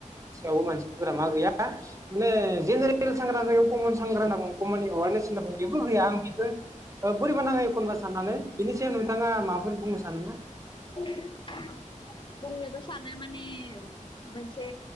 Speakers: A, on the right; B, on the left.
A: सायावबो मानसिफोरा मा गैया माने जेनेरेल सांग्रांजा खमन सांग्रां कमन एवारनेस होनब्ला बेबो गैया आं बेखौ बोरैबा नाङो एखनबा साननानै बिनि थिख नोंथाङा माबाफोर बुंनो सानोना?
B: औ <inaudible> बुंनोबो सानो माने मोनसे